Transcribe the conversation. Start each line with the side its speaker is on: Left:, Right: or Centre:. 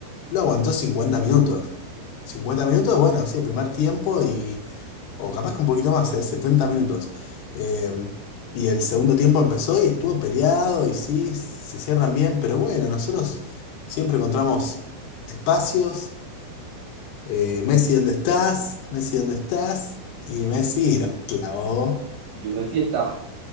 Left: lo aguantó 50 minutos. cincuenta minutos, bueno, sí, el primer tiempo y, o capaz que un poquito más, ¿eh? setenta minutos. Eh, y el segundo tiempo empezó y estuvo peleado y sí, se cierran bien, pero bueno, nosotros siempre encontramos espacios eh, Messi, ¿dónde estás? Messi, ¿dónde estás? Y Messi los clavó.
Right: y Messi está.